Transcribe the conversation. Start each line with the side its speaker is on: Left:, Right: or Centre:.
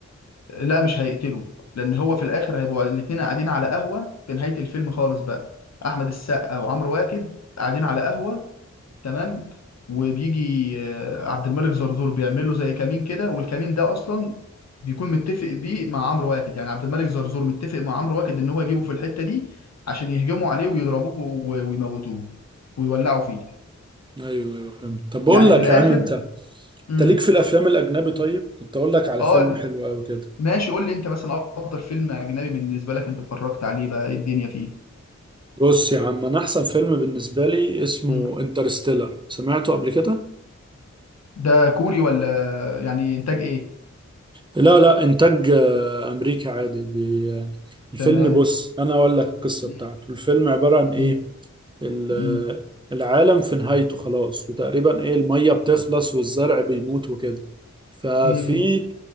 Left: لا مش هيقتله لان هو في الاخر هيبقوا الاتنين قاعدين على قهوة في نهاية الفيلم خالص بقى احمد السقا وعمرو واكد قاعدين على قهوة تمام وبيجي آه، عبد الملك زرزور بيعمل له زي كمين كده والكمين ده اصلا بيكون متفق بيه مع عمرو واكد يعني عبد الملك زرزور متفق مع عمرو واكد ان هو يجيبه في الحته دي عشان يهجموا عليه ويضربوه و- ويموتوه ويولعوا فيه
Right: ايوه ايوه فهمت طب بقول
Left: يعني
Right: لك
Left: في الاخر
Right: يا عم انت انت
Left: امم
Right: ليك في الافلام الاجنبي طيب كنت اقول لك على
Left: اه
Right: فيلم
Left: ال-
Right: حلو قوي كده
Left: ماشي قول لي انت مثلا افضل فيلم اجنبي بالنسبه لك انت اتفرجت عليه بقى ايه الدنيا فيه
Right: بص يا عم انا احسن فيلم بالنسبه لي اسمه
Left: مم.
Right: انترستيلر سمعته قبل كده
Left: ده كوري ولا يعني انتاج ايه
Right: لا لا انتاج آه، امريكا عادي بي... آه، الفيلم
Left: تمام
Right: بص انا اقول لك القصه
Left: مم.
Right: بتاعته الفيلم عباره عن ايه
Left: مم.
Right: ال...
Left: مم.
Right: آه، العالم في نهايته خلاص وتقريبا ايه الميه بتخلص والزرع بيموت وكده ففي
Left: مم.